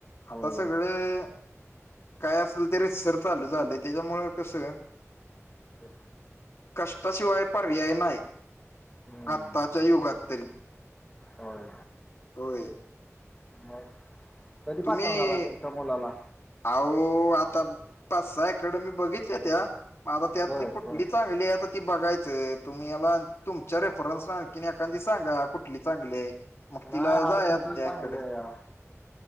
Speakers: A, on the left; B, on the left.
A: होय
B: आता सगळं सगळं काय असल रीतसर चालू झालंय, त्याच्यामुळे कसं
A: बर.
B: कष्टाशिवाय पर्याय नाय,
A: हम्म.
B: आत्ताच्या युगात तरी.
A: होय.
B: होय.
A: मग कधी
B: तुम्ही
A: पाठवणारा तुमच्या मुलाला?
B: अहो आता पाच सहा अकॅडमी बघितल्यात्या आता त्यातली
A: बर
B: कुठली
A: बर
B: चांगली आहे आता किती बघायचं तुम्ही याला तुमच्या रेफरन्सनं आणखी एखादी सांगा, कुठली चांगली आहे. मग तिला
A: नाही हारशेची
B: जायचं त्या
A: चांगली
B: अकॅडमीत.
A: आहे